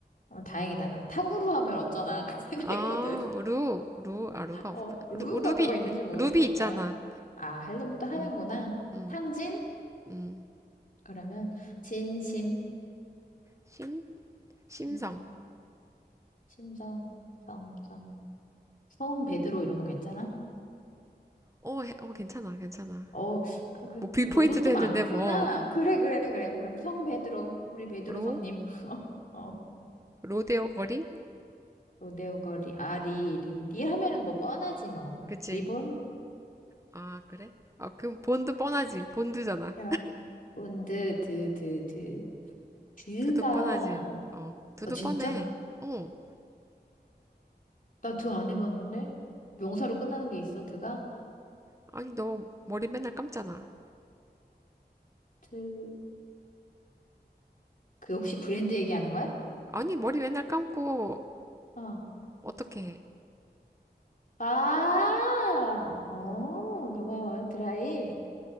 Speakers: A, on the left; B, on the right.
A: 어, 다행이다, 나. 탕후루 하면 어쩌나. <laughs> 그 생각했거든.
B: 아, 루, 루, 아, 루가 없구나.
A: 어, 루가
B: 루, 루비,
A: 뭐가 있는지 모르니까.
B: 루비 있잖아.
A: 아, 하려면 또 하는구나.
B: 음, 음,
A: 탕진?
B: 음,
A: 그러면 진심,
B: 심, 심성.
A: 음, 심성, 성, 성, 성 베드로 이런 거 괜찮아?
B: 어, 해- 어, 괜찮아, 괜찮아.
A: 어, 아, 그
B: 뭐, 뷰포인트도
A: 로도 또
B: 했는데,
A: 많구나.
B: 뭐,
A: 그래, 그래, 그래. 그럼 성 베드로, 우리 베드로
B: 로?
A: 성님. <laughs> 어, 어.
B: 로데오 거리?
A: 로데오 거리, 아, 리, 리. 리 하면은 뭐 뻔하지 뭐.
B: 그치?
A: 리본?
B: 아, 그래? 아, 그럼 본드 뻔하지. 본드잖아.
A: 야, 본드, 드, 드, 드. 드가,
B: 두두 뻔하지. 어, 두두
A: 어, 진짜?
B: 뻔해. 어,
A: 나 드 안 해봤는데? 명사로 끝나는 게 있어, 드가?
B: 아니, 너 머리 맨날 감잖아.
A: 드, 그 혹시 브랜드 얘기하는 거야?
B: 아니, 머리 맨날 감고,
A: 어.
B: 어떻게 해?
A: 아, 어,
B: 음,
A: 고마워. 드라이.